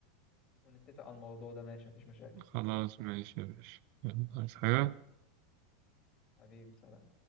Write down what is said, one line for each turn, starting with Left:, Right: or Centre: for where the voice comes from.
Left: ونتفق على الموضوع ده ماشي مفيش مشاكل
Right: خلاص ماشي يا باشا يلا عايز حاجة
Left: حبيبي سلام